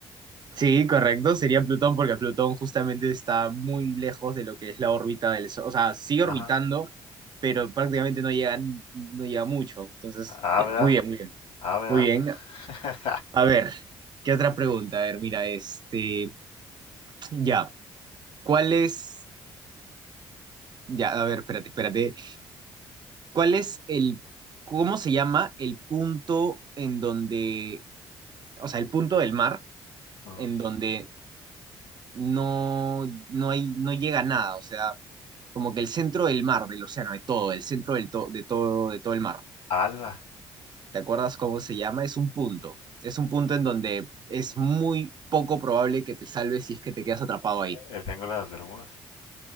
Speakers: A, on the right (about 45°); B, on the left (about 80°).
A: Sí, correcto, sería Plutón porque Plutón justamente está muy lejos de lo que es la órbita del Sol. O sea, sigue orbitando,
B: Ajá.
A: pero prácticamente no llega, no llega mucho. Entonces,
B: A,
A: ya,
B: ¿verdad?
A: muy bien, muy bien.
B: A, ¿verdad?
A: Muy bien.
B: <laughs>
A: A ver, ¿qué otra pregunta? A ver, mira, este, ya, ¿cuál es, ya, a ver, espérate, espérate. ¿Cuál es el, cómo se llama el punto en donde, o sea, el punto del mar
B: Mm.
A: en donde no, no hay, no llega a nada, o sea, como que el centro del mar, del océano, de todo, el centro del to- de todo, de todo el mar.
B: Alba.
A: ¿Te acuerdas cómo se llama? Es un punto. Es un punto en donde es muy poco probable que te salves si es que te quedas atrapado ahí.
B: eh, El Triángulo de las Bermudas.